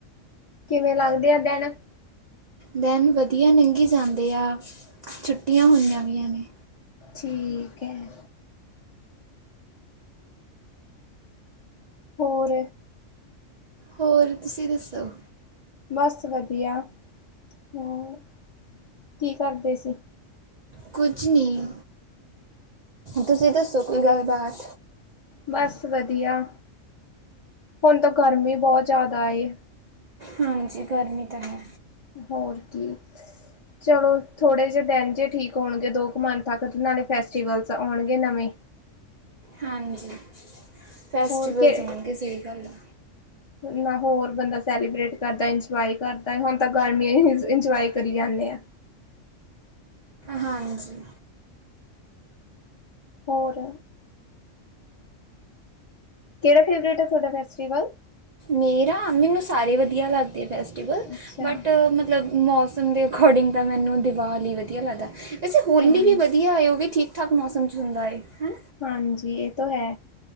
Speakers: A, on the left; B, on the right.
A: ਕਿਵੇਂ ਲੱਗਦੇ ਆ ਦਿਨ
B: ਦਿਨ ਵਧੀਆ ਲੰਘੀ ਜਾਂਦੇ ਆ, ਛੁੱ ਛੁੱਟੀਆਂ ਹੋਈਆਂ ਵੀ ਨੇ
A: ਠੀਕ ਹੈ ਹੋਰ
B: ਹੋਰ, ਤੁਸੀਂ ਦੱਸੋ
A: ਬਸ ਵਧੀਆ, ਹੋਰ ਕੀ ਕਰਦੇ ਸੀ
B: ਕੁਛ ਨੀ, ਤੁਸੀਂ ਦੱਸੋ ਕੋਈ ਗੱਲਬਾਤ?
A: ਬਸ ਵਧੀਆ, ਹੁਨ ਤਾਂ ਗਰਮੀ ਬਹੁਤ ਜ਼ਿਆਦਾ ਏ।
B: ਹਾਂਜੀ, ਗਰਮੀ ਤਾਂ ਹੈ।
A: ਹੋਰ ਕੀ। ਚਲੋ ਥੋੜ੍ਹੇ ਜਿਹੇ ਦਿਨ ਜਹੇ ਠੀਕ ਹੋਣਗੇ, ਦੋ ਕੁ ਮੰਥ ਤੱਕ ਨਾਲੇ ਫੈਸਟੀਵਲਸ ਆਉਣਗੇ ਨਵੇਂ।
B: ਹਾਂਜੀ ਫੈਸਟੀਵਲਸ
A: ਹੋਰ ਕਿ
B: ਹੋਣਗੇ ਸਹੀ ਗੱਲ ਆ।
A: <inaudible> ਨਾ ਹੋਰ ਬੰਦਾ ਸੈਲੀਬ੍ਰੇਟ ਕਰਦਾ ਇੰਜੋਏ ਕਰਦਾ, ਹੁਣ ਤਾਂ ਗਰਮੀਆਂ ਇੰਜੋਏ ਕਰੀ ਜਾਂਦੇ ਆ।
B: ਹਾਂਜੀ।
A: ਹੋਰ। ਕੇੜਾ ਫੇਵਰੇਟ ਏ ਤੁਹਾਡਾ ਫੈਸਟੀਵਲ।
B: ਮੇਰਾ ਮੈਨੂੰ ਸਾਰੇ ਵਧੀਆ ਲੱਗਦੇ ਫੈਸਟੀਵਲ,
A: ਅੱਛਾ
B: ਬਟ ਮਤਲਬ ਮੌਸਮ ਦੇ ਅਕੋਡਿੰਗ ਤਾਂ ਮੈਨੂੰ ਦਿਵਾਲੀ ਵਧੀਆ ਲੱਗਦਾ, ਵੈਸੇ ਹੋਲੀ
A: ਹਾਂ
B: ਵੀ ਵਧੀਆ ਹੈ ਉਹ ਵੀ ਠੀਕ ਮਿੱਠਾ ਕ ਮੌਸਮ 'ਚ ਹੁੰਦਾ ਏ ਹਮ
A: ਹਾਂਜੀ, ਇਹ ਤਾਂ ਹੈ।